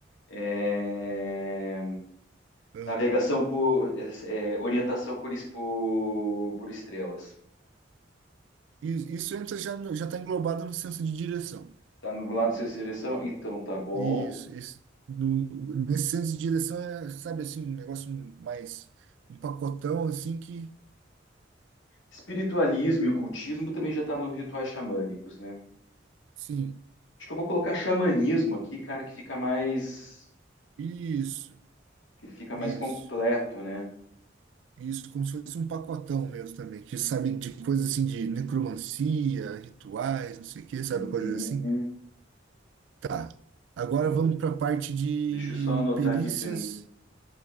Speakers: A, on the left; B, on the right.
A: é
B: ah,
A: navegação por é, é, orientação por, es- por, por estrelas.
B: Isso, isso entra já no- já está englobado no senso de direção.
A: Tá no lado sem direção? Então tá bom.
B: Isso, isso no, nesse senso de direção é, sabe assim, um negócio mais um pacotão assim que,
A: Espiritualismo e ocultismo também já tá nos rituais xamânicos, né?
B: sim,
A: Acho que eu vou colocar xamanismo aqui, cara, que fica mais
B: isso,
A: que ele fica mais
B: isso,
A: completo, né?
B: isso como se fosse um pacotão mesmo também, que sabe de coisas assim de necromancia, rituais, não sei o que, sabe
A: Uhum.
B: coisas assim. Tá. Agora
A: Só um
B: vamos
A: pouco.
B: para a parte de
A: Deixa eu só anotar
B: perícias,
A: aqui se. não-